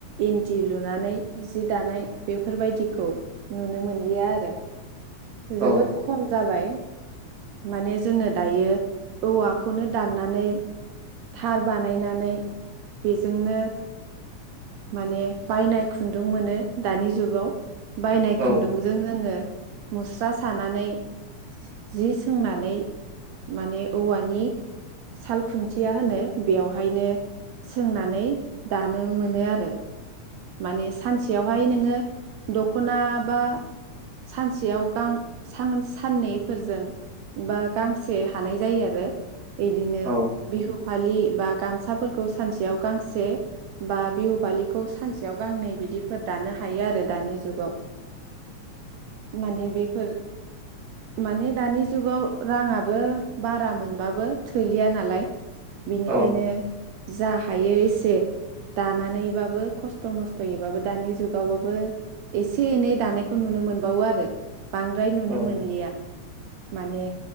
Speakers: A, on the right (about 75°); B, on the right (about 25°).
A: इन्दि लुनानै जि दानाय बेफोरबायदिखौ नुनो मोनलिया आरो।
B: औ
A: जोबोद खम जाबाय। माने जोङो दायो औवाखौनो दाननानै थार बानायनानै बेजोंनो माने बायनाय खुन्दुं मोनो दानि जुगाव। बायनाय
B: औ
A: खुन्दुंजों जोङो मुस्रा सानानै जि सोंनानै माने औवानि साल खुन्थिया नो बेयावहायनो सोंनानै दानो मोनो आरो माने सानसेयावहाय नोङो दखना बा सानसेयाव गां साननैफोरजों बा गांसे हानाय जायो आरो। इदिनो
B: औ
A: बिहु फालि बा गामसाफोरखौ सानसेयाव गांसे, बा बिहु फालिखौ सानसेयाव गांनै बिदिफोर दानो हायो आरो दानि जुगाव माने बेफोर माने दानि जुगाव राङाबो बारा मोनबाबो थोलिया नालाय। बेनिखायनो
B: औ
A: जा थायो एसे दानानैबाबो खस्थ' मस्थ'यैबाबो दानि जुगावबाबो एसे एनै दानायखौ नुनो मोनबावो आरो। बांद्राय नुनो
B: औ
A: मोनलिया। माने